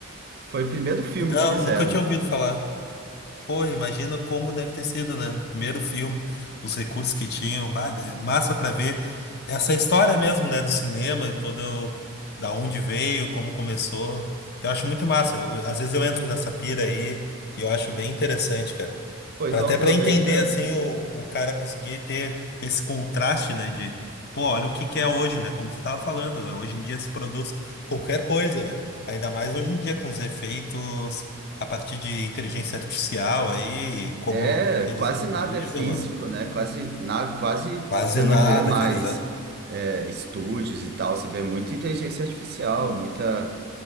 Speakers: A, on the right; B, on the left.
A: Foi o primeiro filme
B: Não,
A: que fizeram.
B: nunca tinha ouvido falar. Pô, imagina como deve ter sido, né? Primeiro filme, os recursos que tinham, bah, é massa pra ver essa história mesmo, né, do cinema e todo da onde veio, como começou. Eu acho muito massa. Eu- às vezes eu entro nessa pira aí e eu acho bem interessante, cara.
A: Pô, então
B: Pra- Até
A: aproveita.
B: para entender assim o, o cara conseguir ter esse contraste, né, de pô, olha o que que é hoje, né? Como você estava falando, né, hoje em dia se produz qualquer coisa, né? Ainda mais hoje em dia com os efeitos a partir de inteligência artificial aí, e como
A: É,
B: eles
A: quase
B: utilizam,
A: nada é físico,
B: né?
A: né? Quase, na, quase
B: Quase
A: você não
B: nada,
A: vê mais
B: cara. exa-
A: é, estúdios e tal, você vê muita inteligência artificial, muita.